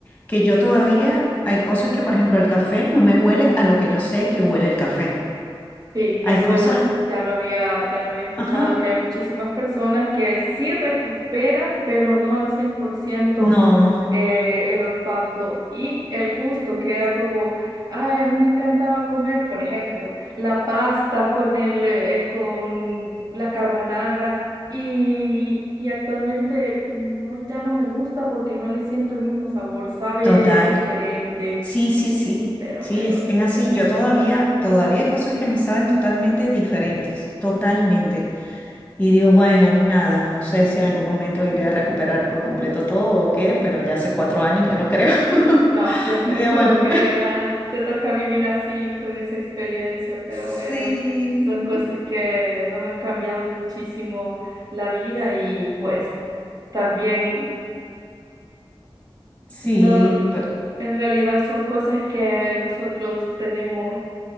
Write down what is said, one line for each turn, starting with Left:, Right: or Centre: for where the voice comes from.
Left: que yo todavía hay cosas que, por ejemplo, el café no me huele a lo que yo sé que huele el café.
Right: Sí,
Left: Hay
Right: eso
Left: cosas...
Right: ya lo había, ya lo había escuchado,
Left: Ajá,
Right: que hay muchísimas personas que sí recuperan, pero no al 100%
Left: No,
Right: eh, el olfato y el gusto, que era como, ay, a mí me encantaba comer, por ejemplo, la pasta con el, eh, con la carbonara y, y actualmente no, ya no me gusta porque no le siento el mismo sabor, sabe
Left: total.
Right: diferente,
Left: Sí, sí, sí.
Right: pero
Left: Sí,
Right: bueno,
Left: es, es así.
Right: es
Left: Yo todavía, todavía hay cosas que me saben totalmente diferentes, totalmente. Y digo, bueno, nada, no sé si en algún momento iré a recuperar por completo todo o qué, pero ya hace cuatro años ya no creo. <laughs>
Right: No, yo <laughs> tampoco
Left: Y digo, bueno,
Right: creo, ya te toca vivir así con esa experiencia, pero
Left: sí,
Right: bueno, son cosas que nos han cambiado muchísimo la vida y pues también
Left: sí,
Right: no,
Left: pe-
Right: en realidad son cosas que nosotros tenemos